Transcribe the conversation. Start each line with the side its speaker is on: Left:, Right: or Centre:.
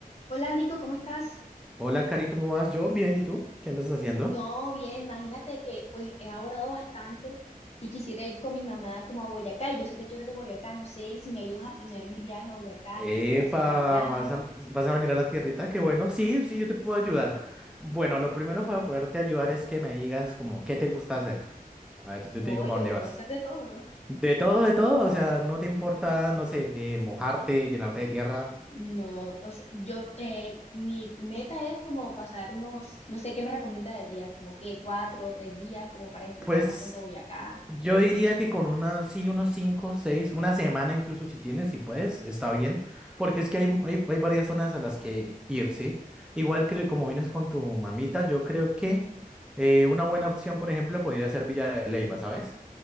Left: Hola Nico, ¿cómo estás?
Centre: Hola, Cari, ¿cómo vas? Yo bien, ¿y tú? ¿Qué andas haciendo?
Left: No, bien, imagínate que pues he ahorrado bastante y quisiera ir con mi mamá como a Boyacá. Y yo sé que tú eres de Boyacá, no sé si me ayudas a planear mi viaje a Boyacá,
Centre: Epa,
Left: qué puedo hacer allá.
Centre: ¿vas a, vas a venir a la tierrita? Qué bueno, sí, sí, yo te puedo ayudar. Bueno, lo primero para poderte ayudar es que me digas como qué te gusta hacer. A ver, yo
Left: No,
Centre: te digo
Left: yo
Centre: para dónde vas.
Left: puedo hacer de todo, ¿no?
Centre: De todo, de todo, o sea, no te importa, no sé, eh, mojarte, llenarte de tierra.
Left: No, o sea, yo, eh, mi meta es como pasar unos, no sé qué me recomienda de días, como que cuatro o tres días, como para disfrutar
Centre: Pues
Left: bastante Boyacá.
Centre: Yo diría que con una sí, unos cinco, seis, una semana incluso si tienes, si puedes, está bien, porque es que hay, hay, hay varias zonas a las que ir, ¿sí? Igual que como vienes con tu mamita, yo creo que eh, una buena opción, por ejemplo, podría ser Villa de Leyva, ¿sabes?